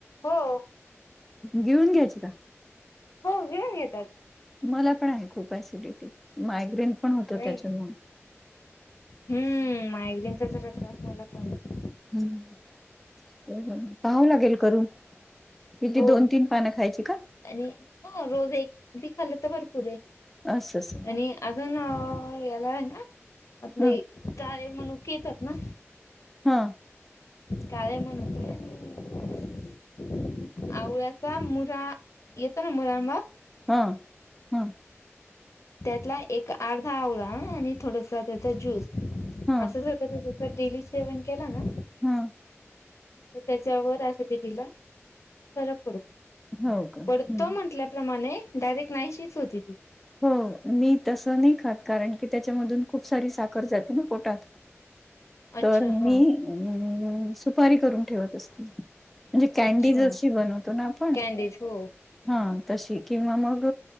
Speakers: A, on the left; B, in the centre.
A: हो
B: गिळुन घ्यायची का?
A: हो गिळून घेतात.
B: मला पण आहे खूप ॲसिडिटी मायग्रेन पण होत
A: नाही
B: त्याच्यामुळे
A: हम्म मायग्रेनचा जरा त्रास मला पण आहे.
B: हम पाहाव लागेल करून किती
A: हो
B: दोन तीन पान खायाची का?
A: आणि हो रोज एक बी खाल्लं तर भरपुर य
B: असं असं
A: आणि अजून अ याला आहे ना आपले
B: ह
A: काळे मनुके येतात ना
B: हा.
A: काळे मनुके आणि आवळ्याचा मुरा येतो ना मुरांबा
B: हा हा.
A: त्यातला एक अर्धा आवळा आणि थोडसा त्याचा ज्यूस
B: ह
A: असं जर कधी त्या त डेली सेवन केला ना.
B: हा.
A: त त्याच्या वर असं ऍसिडिटी ला. फरक पडतो
B: हो का हम्म
A: पडतो म्हटल्या प्रमाणे डायरेक्ट नाहीशीच होती ती..
B: हो मी तसं नाही खात कारण की त्याच्यामधून खूप सारी साखर जाते ना पोटात.
A: अच्छा
B: तर
A: हा
B: मी अ म सुपारी करून ठेवत असते. म्हणजे कॅनडीज
A: अच्छा
B: अशी बनवतो ना आपण.
A: कॅनडीज हो
B: हा तशी किंवा मग